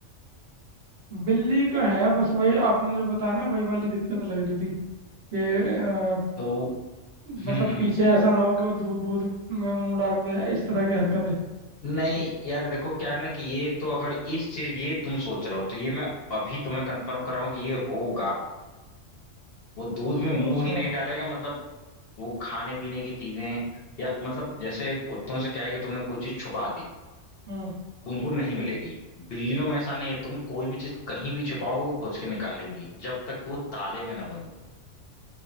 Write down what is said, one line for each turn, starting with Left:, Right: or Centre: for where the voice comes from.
Right: बिल्ली का है बस वही आपने जो बताया ना वही वाली दिक्कत लग रही थी कि अ,
Left: तो हम्म
Right: मतलब
Left: हम्म
Right: पीछे ऐसा ना हो कि वो दूध वूध में मुंह डाल दे इस तरह की हरकतें
Left: नहीं यार देखो क्या है ना कि ये तो अगर इस चीज ये तुम सोच रहे हो तो ये मैं अभी तुम्हें कंफर्म कर रहा हूँ कि ये होगा वो दूध में
Right: अच्छा
Left: मुंह ही नहीं डालेगा मतलब वो खाने पीने की चीजें या मतलब जैसे कुत्तों से क्या है कि तुमने कोई चीज छुपा दी
Right: हम्म
Left: उनको नहीं मिलेगी बिल्लियों में ऐसा नहीं है तुम कोई भी चीज कहीं भी छुपाओगे वो खोज के निकाल लेंगी जब तक कि वो ताले में ना बंद हो